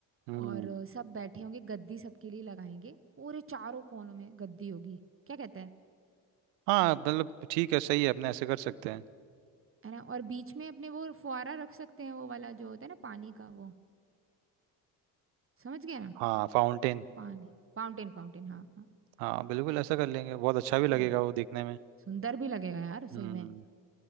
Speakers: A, on the right; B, on the right.
A: हम्म
B: और अ, सब बैठे होंगे गद्दी सबके लिए लगाएंगे पूरे चारों कोनों में गद्दी होगी क्या कहता है
A: हाँ मतलब ठीक है सही है अपने ऐसे कर सकते हैं
B: है ना और बीच में अपने वो फुहारा रख सकते हैं वो वाला जो होता है ना पानी का वो समझ गया ना
A: हाँ फाउंटेन
B: पानी फाउंटेन फाउंटेन हाँ हाँ
A: हाँ बिल्कुल ऐसा कर लेंगे बहुत अच्छा भी लगेगा
B: ठीक है
A: वो देखने में
B: सुंदर भी लगेगा यार
A: हम्म
B: सही में